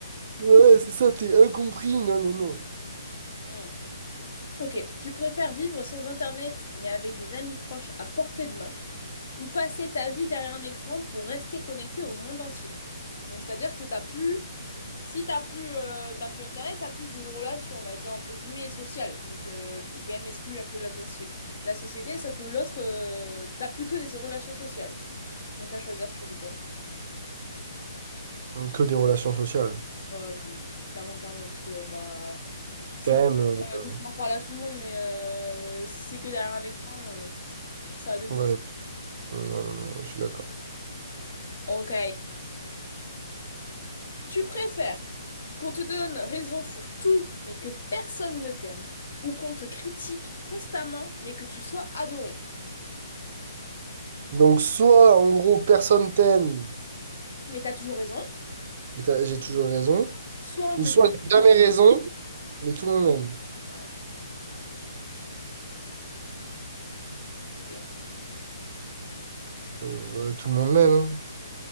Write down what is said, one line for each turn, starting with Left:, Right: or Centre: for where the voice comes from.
Right: Ouais, c'est ça, t'es incompris. Non, non,
Left: Hmm. Ok, tu préfères vivre sans Internet mais avec des amis proches à portée de main ou passer ta vie derrière un écran pour rester connecté au monde entier? Donc, c'est-à-dire que t'as plus Si t'as plus, euh, t'as plus internet, t'as plus de relations, on va dire, entre guillemets, sociales. Donc, euh, t'es quand même exclu un peu de la, soci- la société, sauf que l'autre, euh, t'as plus que des relations sociales. Donc, à choisir, je choisis quoi?
Right: non. Que des relations sociales.
Left: Ouais, clairement. Clairement, clairement, parce que, bah, c'est
Right: Quand
Left: bien,
Right: même. euh,
Left: euh, de pouvoir parler à tout le monde, mais euh, si c'est que derrière un écran, euh, ça a deux minutes.
Right: Ouais. Non, non, non, je suis d'accord.
Left: Ok. Tu préfères qu'on te donne raison sur tout, mais que personne ne t'aime, ou qu'on te critique constamment, mais que tu sois adoré?
Right: Donc, soit en gros, personne t'aime,
Left: Mais t'as toujours raison.
Right: mais t'as- j'ai toujours raison,
Left: Soit on
Right: ou
Left: te
Right: soit
Left: critique.
Right: j'ai jamais raison, mais tout le monde m'aime.
Left: Ouais, c'est dur.
Right: Euh, ouais, tout le monde m'aime. hein.